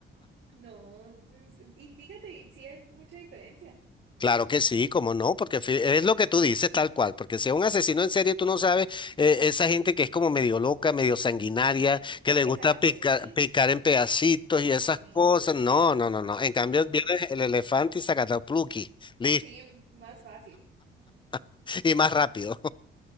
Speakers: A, on the right; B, on the left.
A: no. es- Y fíjate, y sí hay mucha diferencia.
B: Claro que sí, cómo no, porque fi- es lo que tú dices tal cual, porque si es un asesino en serie, tú no sabes, eh, esa gente que es como medio loca, medio sanguinaria, que
A: Que
B: le
A: les
B: gusta
A: haga sufrir,
B: picar, picar en pedacitos y esas
A: sí,
B: cosas, no, no, no, no, en cambio
A: no.
B: viene el elefante y sacatapluki, listo,
A: Sí, más fácil.
B: <laughs> y más rápido.